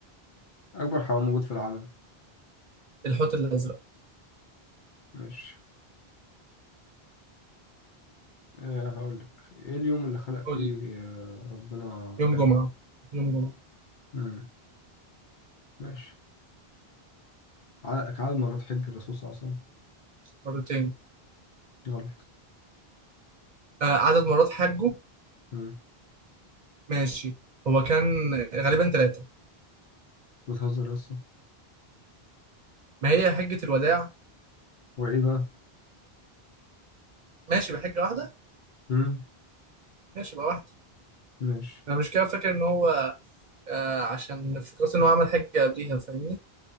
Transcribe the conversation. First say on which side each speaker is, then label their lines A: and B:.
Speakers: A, on the left; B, on the right.
A: أكبر حيوان موجود في العالم
B: الحوت الازرق
A: ماشي أه هقول لك إيه اليوم اللي خلق فيه
B: قول لي.
A: آه، ربنا
B: يوم
A: آدم
B: جمعه يوم جمعه
A: مم. ماشي عدد عدد مرات حج الرسول صلى الله عليه وسلم
B: مرتين
A: غلط
B: آه عدد مرات حجه
A: مم.
B: ماشي هو كان غالبا ثلاثه
A: بتهزر لسه
B: ما هي حجه الوداع
A: هو إيه بقى
B: ماشي بحجه واحده
A: مم.
B: ماشي بقى واحده
A: ماشي
B: انا مش كده فاكر ان هو آه عشان فكرت ان هو عمل حجه قبليها فاهمني